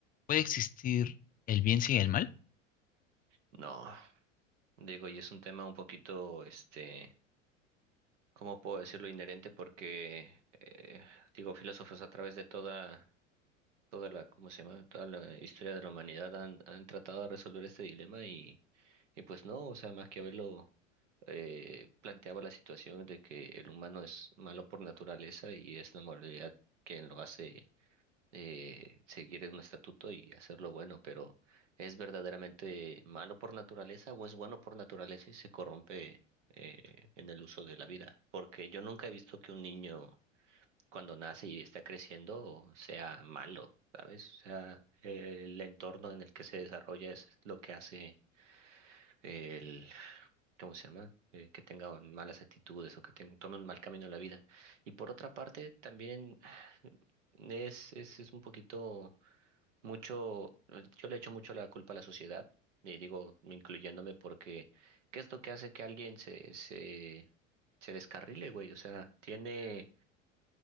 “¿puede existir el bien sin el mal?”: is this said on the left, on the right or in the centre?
Left